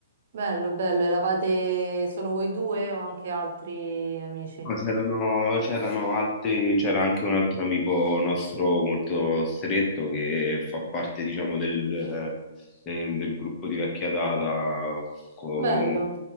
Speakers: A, on the right; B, on the left.
A: bello, bello. Eravate solo voi due o anche altri amici?
B: Ma c'erano c'erano altri, c'era anche un altro amico nostro molto stretto che fa parte, diciamo, del, eh, del gruppo di vecchia data con
A: Bello,